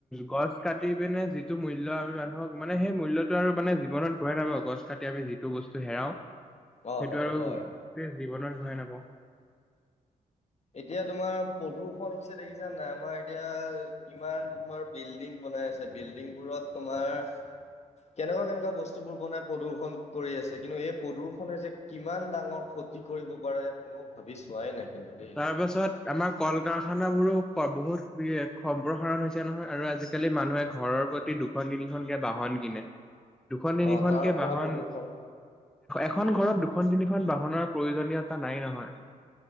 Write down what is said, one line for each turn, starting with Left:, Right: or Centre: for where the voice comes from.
Centre: গছ কাটি পিনে যিটো মূল্য আমি মানুহক মানে সেই মূল্যতো আৰু মানে জীৱনত ঘূৰাই নাপাওঁ। গছ কাটি আমি যিটো বস্তু বস্ত হেৰাও সেইটো
Left: অ
Centre: আৰু
Left: হয়
Centre: গোটেই জীৱনত ঘূৰাই নাপাওঁ।
Left: এতিয়া তোমাৰ প্ৰদূষন হৈছে দেখিছা নে নাই? আমাৰ এতিয়া কিমান তোমাৰ বিল্ডিং বনাই আছে বিল্ডিংবোৰত তোমাৰ কেনেকুৱা কেনেকুৱা বস্তুবোৰ বনাই প্ৰদূষণ কৰি আছে। কিন্তু এই প্ৰদূৰ্ষণে যে কিমান ডাঙৰ ক্ষতি কৰিব পাৰে কোনেও ভাবি চোৱাই নাই কিন্তু দেই।
Centre: তাৰ পাছত আমাৰ কল-কাৰখানাবোৰো বহুত সম্প্ৰসাৰণ হৈছে নহয় আৰু আজিকালি মা মানুহে ঘৰৰ প্ৰতি দুখন-তিনিখনকে বাহন কিনে। দুখন-তিনিখনকে
Left: অ তাৰ পৰা
Centre: বাহন
Left: প্ৰদূষণ
Centre: এখন ঘৰত দুখন-তিনিখন বাহনৰ প্ৰয়োজনীয়তা নাই নহয়।